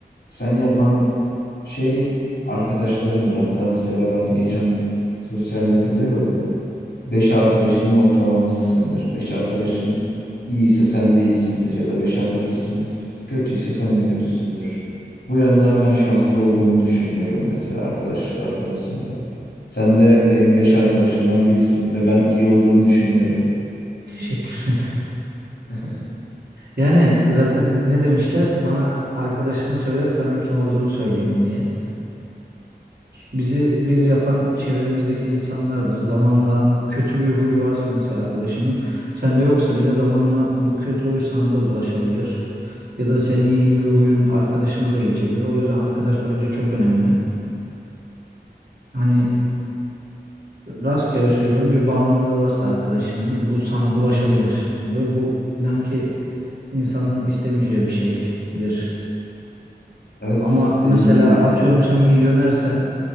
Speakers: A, on the left; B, on the right.
A: sen yapan şey arkadaşlarındır. Hatta mesela ben geçen sosyal medyada gördüm. 5 arkadaşının ortalamasısındır. 5 arkadaşın iyiyse sen de iyisindir ya da 5 arkadaşın kötüyse sen de kötüsündür. Bu yönden ben şanslı olduğumu düşünüyorum mesela arkadaşlıklar konusunda. Sen de benim beş arkadaşımdan birisin ve ben iyi olduğumu düşünüyorum.
B: <laughs> Teşekkür ederim.
A: <laughs>
B: Yani zaten ne demişler? Bana arkadaşını söyle, sana kim olduğunu söyleyeyim diye. Bizi biz yapan çevremizdeki insanlardır. Zamanla kötü bir huyu varsa mesela arkadaşının, sende yoksa bile zamanla bu kötü huy sana da bulaşabilir. Ya da senin iyi bir huyun arkadaşına da geçebilir. O yüzden arkadaş bence çok önemli. Hani rastgele söylüyorum bir bağımlılığı varsa arkadaşının bu sana bulaşabilir. Ve bu inan ki insanların istemeyeceği bir şeydir.
A: Evet,
B: Ama mesela
A: dediğin gibi.
B: atıyorum sen milyonersen